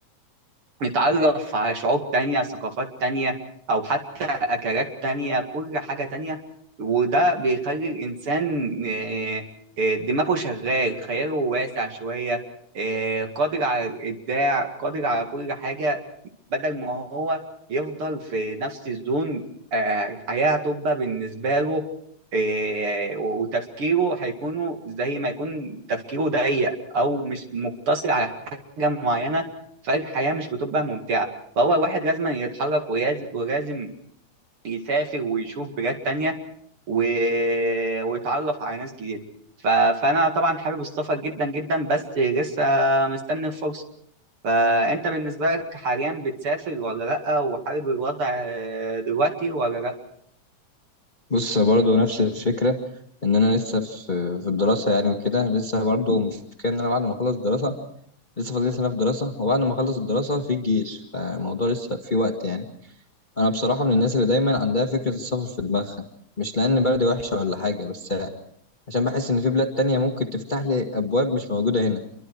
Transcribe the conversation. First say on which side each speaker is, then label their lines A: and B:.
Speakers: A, on the right; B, on the left.
A: نتعرف على شعوب تانية ثقافات تانية أو حتى أكلات تانية كل حاجة تانية وده بيخلي الإنسان آه، آه، دماغه شغال خياله واسع شوية آه، قادر على الإبداع قادر على كل حاجة بدل ما هو يفضل في نفس الزون آه، الحياة هتبقى بالنسبة له آه، وتفكيره هيكونوا زي ما يكون تفكيره ضيق أو مش مقتصر على حاجة معينة فالحياة مش بتبقى ممتعة فهو واحد لازم يتحرك ولازم ولازم يسافر ويشوف بلاد تانية و... ويتعرف على ناس جديدة ف... فأنا طبعا حابب السفر جدا جدا بس لسه مستني الفرصة فأنت بالنسبة لك حاليا بتسافر ولا لأ وحابب الوضع آه، دلوقتي ولا لأ؟
B: بص برضو نفس الفكرة إن أنا لسه في في الدراسة يعني وكده لسه برضو مش كان إن أنا بعد ما أخلص الدراسة لسه فاضل لي سنة في الدراسة وبعد ما أخلص الدراسة في الجيش فالموضوع لسه في وقت يعني أنا بصراحة من الناس اللي دايما عندها فكرة السفر في دماغها مش لأن بلدي وحشة ولا حاجة بس عشان بحس إن في بلاد تانية ممكن تفتح لي أبواب مش موجودة هنا